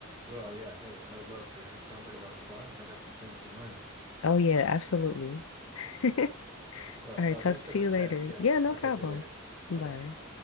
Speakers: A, on the right; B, on the left.
A: Well, yeah. Hey, I would love to. It sounds like a lot of fun. I got some things to learn.
B: Oh, yeah, absolutely. <laughs> All
A: Well,
B: right,
A: uh,
B: talk
A: thanks for
B: to
A: the
B: you
A: chat.
B: later.
A: Yeah,
B: Yeah, no
A: I'll
B: problem.
A: catch you later.
B: Bye.
A: Bye bye.